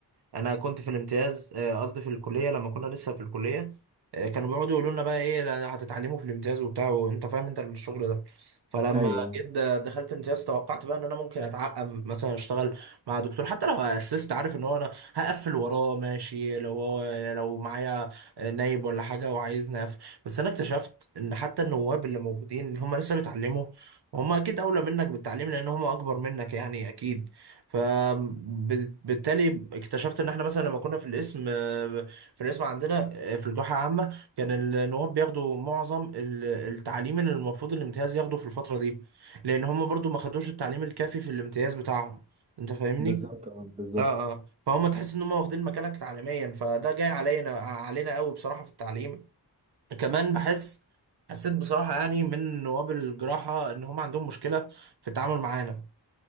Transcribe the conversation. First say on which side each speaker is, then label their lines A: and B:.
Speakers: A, on the right; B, on the right.
A: انا كنت في الامتياز آه، قصدي في الكليه لما كنا لسه في الكليه آه، كانوا بيقعدوا يقولوا لنا بقى ايه لا، هتتعلموا في الامتياز وبتاع وانت فاهم انت الشغل ده فلما
B: ايوه
A: جيت د- دخلت امتياز توقعت بقى ان انا ممكن اتعقم مثلا اشتغل مع دكتور حتى لو اسست عارف ان هو انا هقفل وراه ماشي لو هو لو معايا نايب ولا حاجه وعايزني اقفل بس انا اكتشفت ان حتى النواب اللي موجودين هم لسه بيتعلموا وهم اكيد اولى منك بالتعليم لان هم اكبر منك يعني اكيد فبالتالي اكتشفت ان احنا مثلا لما كنا في القسم آه، في القسم عندنا آه، في الجامعه عامه كان النواب بياخدوا معظم ال- التعليم اللي المفروض الامتياز ياخده في الفتره دي لان هم برضو ما خدوش التعليم الكافي في الامتياز بتاعهم انت فاهمني
B: بالظبط اه بالظبط
A: اه اه فهم تحس ان هم واخدين مكانك تعليميا فده جاي علينا علينا قوي بصراحه في التعليم كمان بحس حسيت بصراحه يعني من نواب الجراحه ان هم عندهم مشكله في التعامل معانا